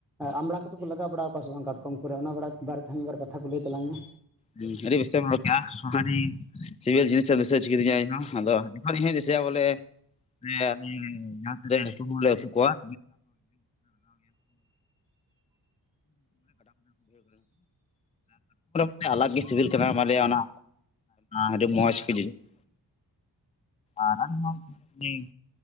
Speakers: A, in the centre; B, on the left.
A: ᱟᱢᱲᱟ ᱠᱚᱫᱚ ᱠᱚ ᱞᱟᱜᱟᱣ ᱵᱟᱲᱟᱣᱟ ᱟᱠᱣᱟ ᱥᱮ ᱵᱟᱝ ᱠᱟᱴᱠᱚᱢ ᱠᱚᱨᱮ ᱚᱱᱟ ᱵᱟᱨᱮᱛᱮ ᱢᱤᱫᱵᱟᱨ ᱠᱟᱛᱷᱟ ᱠᱚ ᱞᱟᱹᱭ ᱛᱟᱞᱟᱝ ᱢᱮ
B: ᱦᱮᱸ ᱟᱹᱰᱤ ᱵᱮᱥ ᱨᱚᱲ ᱫᱟ <unintelligible> ᱥᱤᱵᱤᱞ ᱡᱤᱱᱤᱥ ᱮ ᱫᱤᱥᱟᱹᱪᱚ ᱠᱤᱫᱤᱧᱟ ᱤᱧᱦᱚᱸ ᱟᱫᱚ ᱮᱠᱷᱚᱱ ᱤᱧ ᱦᱚᱸ ᱫᱤᱥᱟᱹᱭᱟ ᱵᱚᱞᱮ <unintelligible> ᱡᱟᱦᱟ ᱛᱤ ᱨᱮ ᱦᱟᱹᱠᱩ ᱦᱚ ᱠᱚ ᱞᱮ ᱩᱛᱩ ᱠᱚᱣᱟᱮ <unintelligible> <unintelligible> ᱟᱞᱟᱜᱽ ᱜᱮ ᱥᱤᱵᱤᱞ ᱠᱟᱱᱟ ᱢᱟᱱᱞᱮ ᱚᱱᱟ ᱟᱹᱰᱤ ᱢᱚᱸᱡᱽ ᱜᱮ ᱡᱩᱡ <unintelligible> ᱟᱨ <unintelligible>